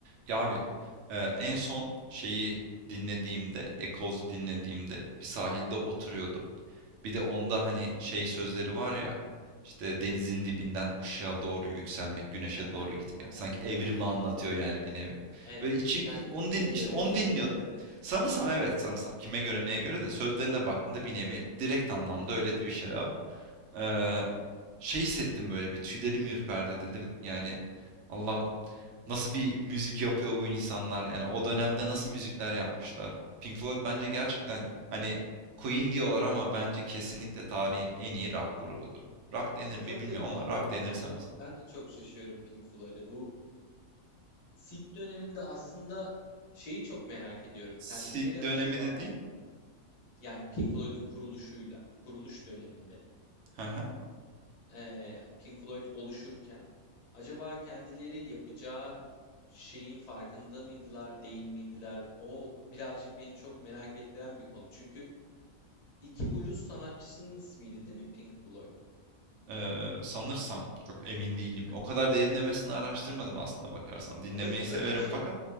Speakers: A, on the right; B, on the left.
A: Ya abi e, en son şeyi dinlediğimde, Eccles'u dinlediğimde bir sahilde oturuyordum. Bir de onda hani şey sözleri var ya işte denizin dibinden ışığa doğru yükselmek, güneşe
B: Hı
A: doğru
B: hı,
A: gitmek.
B: hı
A: Sanki
B: hı,
A: evrimi
B: hı hı.
A: anlatıyor yani bir nevi.
B: Evet.
A: Böyle içi,
B: Yani
A: i- onu
B: kime
A: din, işte
B: göre
A: onu
B: neye
A: dinliyordum.
B: göre ama evet.
A: Sanırsam evet sanırsam kime göre neye göre de sözlerine baktığında bir nevi direkt anlamda
B: Evet.
A: öyle de bir şeyler var. Eee,
B: Evet.
A: şey hissettim böyle bir tüylerim ürperdi dedim. Yani Allah'ım nasıl bir müzik yapıyor bu insanlar? Yani o dönemde nasıl müzikler yapmışlar? Pink Floyd bence gerçekten
B: Evet.
A: hani Queen diyorlar ama bence kesinlikle tarihin en iyi rock grubudur. Rock denir mi
B: Çok
A: bilmiyorum
B: garip abi
A: ama rock
B: evet.
A: denir
B: Ben
A: sanırsam.
B: de ben de çok şaşıyorum Pink Floyd'a. Bu Sid döneminde aslında şeyi çok merak ediyorum.
A: Sid
B: Kendileri
A: dönemi
B: acaba
A: dediğin?
B: yani Pink Floyd'un kuruluşuyla, kuruluş döneminde
A: Hı hı.
B: eee, Pink Floyd oluşurken acaba kendileri yapacağı şeyin farkında mıydılar, değil miydiler? O birazcık beni çok merak ettiren bir konu. Çünkü 2 blues sanatçısının ismiydi değil mi Pink Floyd?
A: Eee, sanırsam çok emin
B: Abi,
A: değilim.
B: hani
A: O kadar derinlemesine araştırmadım aslında bakarsan. Dinlemeyi
B: öyle
A: severim
B: öyle bir şey
A: fakat